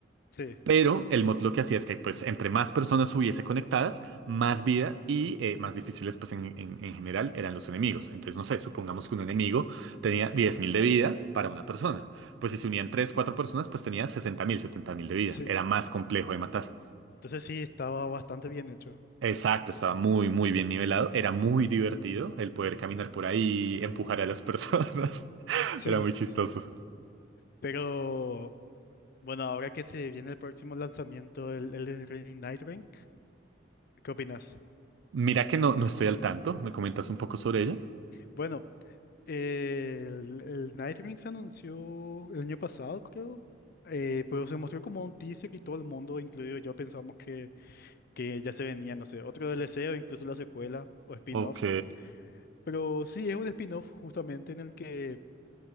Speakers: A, on the left; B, on the right.
A: sí,
B: Pero el mod lo que hacía es que pues entre más personas hubiese conectadas, más vida y eh, más difíciles pues en, en- en general eran los enemigos. Entonces, no sé, supongamos que un enemigo tenía 10.000 de vida para una persona. Pues si se unían 3 4 personas, pues tenía sesenta mil setenta mil de vida.
A: sí.
B: Era más complejo de matar.
A: Entonces sí, estaba bastante bien hecho.
B: Exacto, estaba muy, muy bien nivelado. Era muy divertido el poder caminar por ahí, empujar a las personas. <laughs>
A: Sí.
B: Era muy chistoso.
A: Pero bueno, ahora que se viene el próximo lanzamiento, el, el Ring Night Ring, ¿qué opinas?
B: Mira que no, no estoy al tanto. ¿Me comentas un poco sobre ello?
A: Bueno, eh, el, el Night Ring se anunció el año pasado, creo. eh, pero se mostró como un teaser y todo el mundo, incluido yo, pensamos que ya se venía, no sé, otro DLC o incluso la secuela o spin-off.
B: Ok,
A: Pero sí, es un spin-off justamente en el que